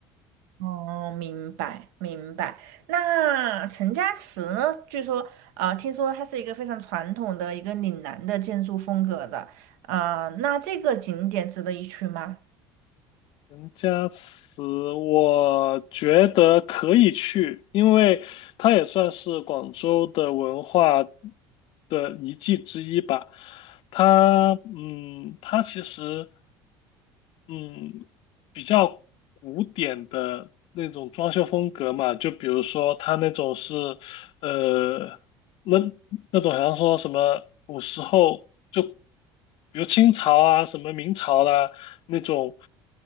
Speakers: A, on the right; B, on the left.
A: 哦，明白明白。那陈家祠呢？据说啊、呃听说它是一个非常传统的一个岭南的建筑风格的啊、呃那这个景点值得一去吗？
B: 陈家祠，我觉得可以去，因为它也算是广州的文化的遗迹之一吧。它，嗯，它其实，嗯，比较古典的那种装修风格嘛，就比如说它那种是，呃。那那种好像说什么古时候就，比如清朝啊，什么明朝啦、那种，